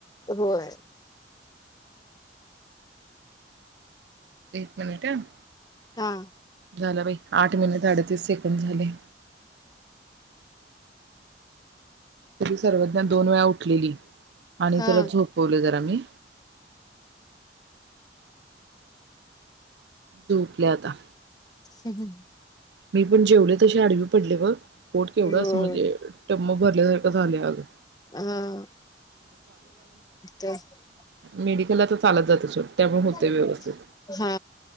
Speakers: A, on the left (about 20°); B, on the right (about 70°).
A: हो होय
B: एक मिनिट अं.
A: हां.
B: झाला बाई आठ मिनिट अडतीस सेकंड झाले. तरी सर्वज्ञ दोन वेळा उठलेली. आणि
A: हा
B: त्याला झोपवले जर आम्ही झोपल्याता.
A: हम्म-हम्म.
B: मी पण जेवले तसे आडवी पडले बघ. पोट केवढ अस
A: होय
B: म्हणजे <unintelligible> सारखं झालय अग
A: हम्म <unintelligible>
B: मेडिकलला तर चालत जातस सोड
A: <inaudible>
B: त्यामुळे होते व्यवस्थित
A: हा